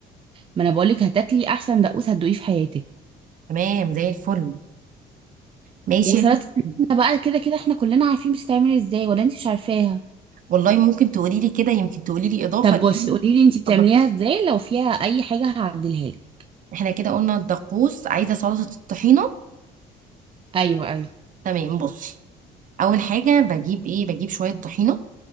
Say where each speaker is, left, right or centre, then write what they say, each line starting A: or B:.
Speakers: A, on the right; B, on the right.
A: ما انا بقولك هتاكلي احسن دقوس هتدوقيه في حياتك
B: تمام زي الفل ماشي
A: وسلطه
B: يا ستي
A: اللحمة بقى كده كده احنا كلنا عارفين بتتعمل ازاي ولا انت مش عارفاها
B: والله ممكن تقولي لي كده يمكن تقولي لي اضافه
A: طب
B: لان
A: بصي قولي لي انت بتعمليها
B: الدقوس-
A: ازاي لو فيها اي حاجه هعدلها لك
B: احنا كده قلنا الدقوس عايزه سلطه الطحينه
A: ايوه ايوه
B: تمام بصي اول حاجه بجيب ايه بجيب شويه طحينه